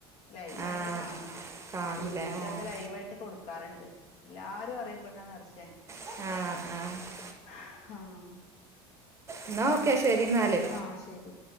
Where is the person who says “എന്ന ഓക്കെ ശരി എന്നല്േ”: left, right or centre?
Right